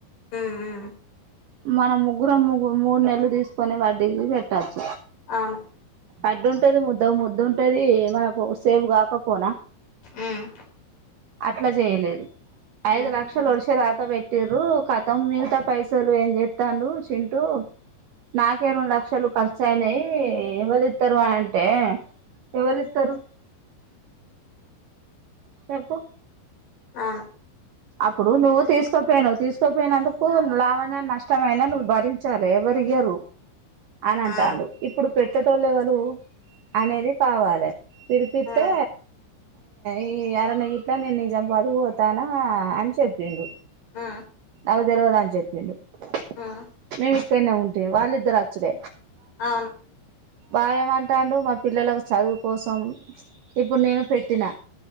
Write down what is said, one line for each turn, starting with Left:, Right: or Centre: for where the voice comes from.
Left: ఉమ్ ఉమ్
Right: మన ముగ్గురం ముగ్గు మూడు నెలలు తీసుకొని వడ్డీ కి పెట్టచ్చు
Left: అవును
Right: అడ్డుంటది ముద్ద ముద్దు ఉంటది మనకు సేవ్ కాకపోనా
Left: ఉమ్
Right: అట్లా చేయలేదు. ఐదు
Left: ఉమ్
Right: లక్షలు వడిసే దాకా పెట్టిరు కతం మిగతా పైసా అసలు ఏం చెస్తాడు. చింటూ నాకే రెండు లక్షలు ఖర్చు అయినాయి ఎవరిస్తారు అని అంటే, ఎవ్వలిత్తరు చెపు
Left: ఆ
Right: అప్పుడు నువ్వు తీస్ తీస్కోపోయిను తీసుకోపోయినందుకు లాభమైన నష్టమయినా నువ్వు భరించాలి ఎవ్వర్ ఇయరు అని అంటాడు
Left: ఆ
Right: ఇప్పుడు పెట్ట తెల్వదే అనేది కావాలి పిలిపిస్తే
Left: ఆ
Right: ఈ అరన ఇట్లా నేన్ నిజామాబాద్ పోతాన ఆ అని చెప్పిండు.
Left: ఆ
Right: <inaudible>
Left: ఆ ఆ
Right: వాడేం మంటాడు మా పిల్లలకు చదువు కోసం ఇప్పుడు నేను పెట్టిన